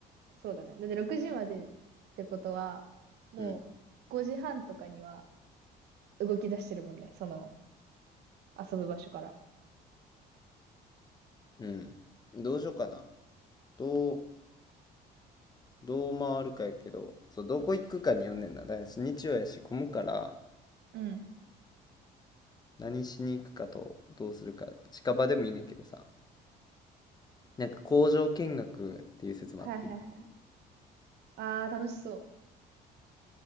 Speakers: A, on the right; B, on the left.
A: そうだね。だって6時までってことは、もう5時半とかには
B: うん。
A: 動き出してるもんね。その、遊ぶ場所から。
B: うん。どうしようかな。どう、どう回るかやけど、そう、どこ行くかによんねんな。だから日曜やし、混むから、
A: うん。
B: 何しに行くかと、どうするか。近場でもいいねんけどさ。なんか工場見学っていう説もあって、
A: はいはいはい。あー、楽しそう。